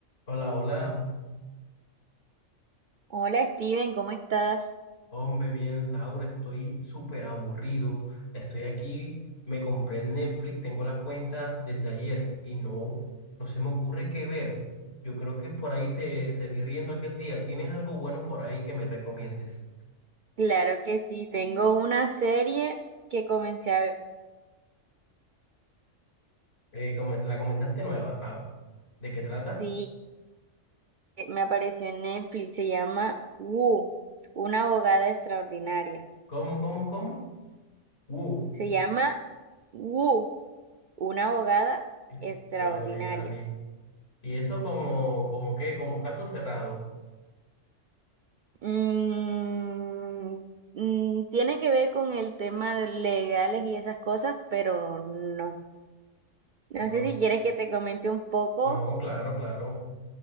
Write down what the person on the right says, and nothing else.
Hola Steven, ¿cómo estás?
Claro que sí, tengo una serie que comencé a ver,
sí, eh, me apareció en Netflix, se llama Wu, una abogada extraordinaria.
Se llama Wu, una abogada
extraordinaria.
Mm, mm, tiene que ver con el tema de legales y esas cosas, pero no. No
sé si quieres que te comente un poco.